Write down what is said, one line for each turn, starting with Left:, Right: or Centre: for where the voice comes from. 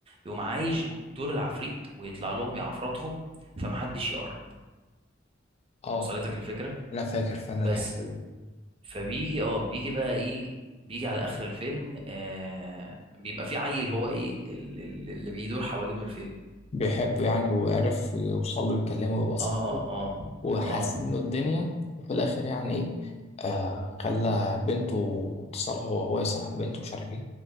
Right: يقوم عايش جو- دور العفريت ويطلع لهم يعفرتهم فمحدش يقرب
Left: اه
Right: وصلتك الفكره
Left: أنا فاكر فعلا
Right: بس
Left: الحتة دي
Right: فبيجي اه بيجي بقى ايه بيجي على اخر الفيلم آه بيبقى في عيل هو ايه ال- ال- اللي بيدور حوالينه الفيلم
Left: بيحبه يعني
Right: اه
Left: وعرف يوصل له ويكلمه ويبقى صاحبه
Right: اه
Left: وحسن
Right: اه
Left: له الدنيا وفي الآخر يعني إيه آه خلى بنته تصالحه وهو يصالح بنته ومش عارف إيه